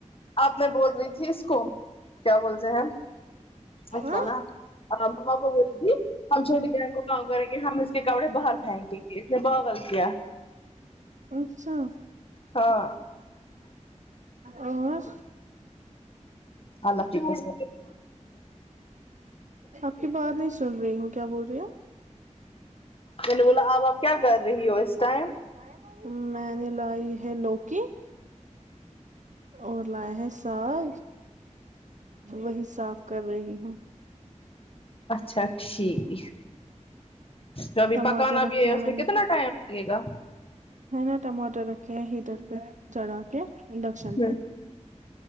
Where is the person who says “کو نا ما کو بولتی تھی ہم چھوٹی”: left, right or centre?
Left